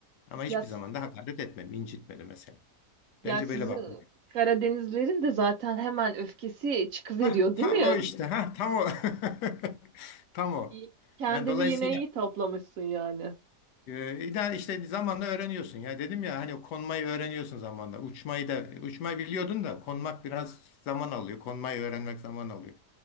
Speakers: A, on the left (about 80°); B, on the right (about 65°).
A: Ama hiçbir
B: Ya, s-
A: zaman da hakaret etmedim, incitmedim mesela.
B: ya
A: Bence
B: sizin
A: böyle bak.
B: Karadenizlerin de zaten hemen öfkesi çıkıveriyor
A: Hah, tam
B: değil mi?
A: o işte. Ha, tam o. <laughs> Tam o.
B: İyi- Kendini
A: Yani dolayısıyla
B: yine iyi toplamışsın yani.
A: e, ideal işte zamanla öğreniyorsun. Ya dedim ya hani konmayı öğreniyorsun zamanla. Uçmayı da uçmayı biliyordun da konmak biraz zaman alıyor. Konmayı öğrenmek zaman alıyor.